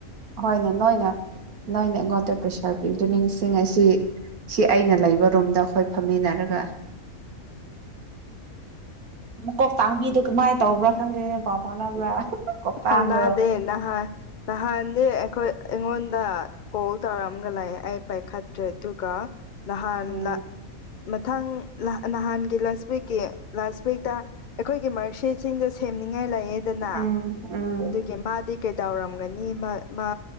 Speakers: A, on the right (about 80°); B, on the left (about 75°).
A: ꯍꯣꯏꯅꯦ ꯅꯣꯏꯅꯦ ꯅꯣꯏꯅꯦ ꯑꯩꯉꯣꯟꯗ ꯄ꯭ꯔꯦꯁꯥꯔ ꯄꯤꯕꯗꯨ ꯁꯤꯡ ꯑꯁꯤ ꯁꯤ ꯑꯩꯅ ꯂꯩꯕ ꯔꯨꯝꯗ ꯑꯩꯈꯣꯏ ꯐꯝꯃꯤꯟꯅꯔꯒ ꯀ ꯇꯥꯡꯕꯤ ꯑꯗꯨꯗꯨ ꯃꯥ ꯇꯧꯕ꯭ꯔꯥ ꯈꯪꯗꯣꯏꯅꯦ ꯄꯥꯎ ꯐꯥꯎꯅꯕ꯭ꯔꯥ ꯀꯣꯛꯇꯥꯡꯗꯣ
B: ꯍꯥꯎꯅꯗꯦ ꯅꯍ ꯅꯍꯦ ꯑꯩꯈꯣꯏ ꯑꯩꯉꯣꯟꯗ ꯀꯣꯜ ꯇꯧꯔꯑꯝꯒ ꯂꯥꯛꯑꯦ ꯑꯩ ꯄꯥꯏꯈꯠꯇ꯭ꯔꯦ ꯑꯗꯨꯒ ꯅꯍꯥꯟ
A: ꯎꯝ
B: ꯃ ꯊꯪ ꯅꯍꯥꯟꯒꯤ ꯂꯥꯁ ꯋꯤꯛꯀꯤ ꯂꯥꯁ ꯋꯤꯛꯇ ꯑꯩꯈꯣꯏꯒꯤ ꯃꯔꯔꯁꯤꯠꯁꯤꯡꯗ ꯊꯦꯝꯅꯤꯡꯉꯥꯏ ꯂꯩꯑꯦꯗꯅ
A: ꯎꯝ ꯎꯝ
B: ꯑꯗꯨꯒꯤ ꯃꯥꯗꯤ ꯀꯩꯗꯧꯔꯝꯃ ꯃꯥ